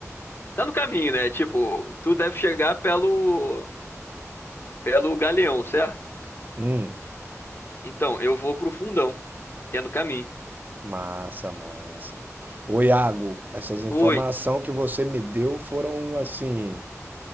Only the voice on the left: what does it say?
Tá no caminho, né? Tipo, tu deve chegar pelo pelo Galeão, certo?
Então, eu vou pro Fundão, que é no caminho.
Ui,